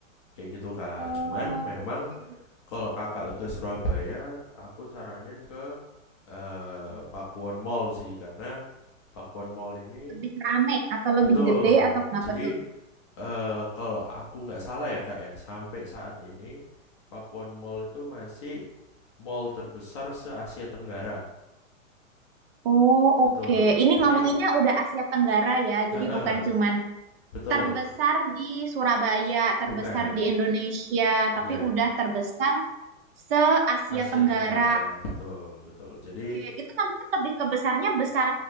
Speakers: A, on the left; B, on the right.
A: kayak gitu kak
B: Oh,
A: cuman memang
B: oke.
A: kalau kakak ke Surabaya aku saranin ke eh, Pakuwon Mall sih karena Pakuwon Mall ini
B: Lebih rame atau lebih
A: betul
B: gede atau kenapa
A: jadi
B: tuh?
A: eh, kalau aku nggak salah ya kak ya sampai saat ini Pakuwon Mall itu masih mall terbesar se Asia Tenggara
B: Oh,
A: betul
B: oke. Ini
A: jadi
B: ngomonginnya udah Asia Tenggara ya,
A: heeh
B: jadi bukan cuman
A: betul
B: terbesar di Surabaya, terbesar
A: bukan
B: di Indonesia,
A: ya
B: tapi udah terbesar se-Asia
A: Asia
B: Tenggara.
A: Tenggara betul betul jadi
B: Oke, itu maksudnya lebih ke besarnya besar